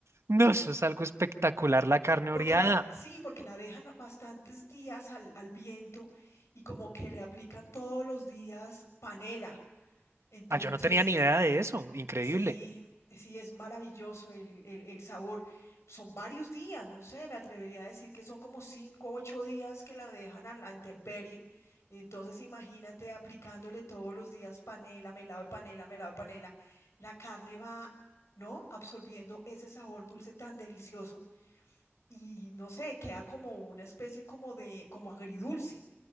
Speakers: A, on the right; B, on the left.
A: no, eso es algo espectacular, la carne oreada.
B: Porque la, sí, porque la dejan bastantes días al, al viento y como que le aplican todos los días panela. Entonces,
A: Ah, yo no tenía ni idea de eso, increíble.
B: sí, sí, es maravilloso el, el- el sabor. Son varios días, no sé, me atrevería a decir que son como cinco, o ocho días que la dejan a la intemperie. Entonces, imagínate aplicándole todos los días panela, melado de panela, melado de panela. La carne va, ¿no? Absorbiendo ese sabor dulce tan delicioso y no sé, queda como una especie como de, como agridulce.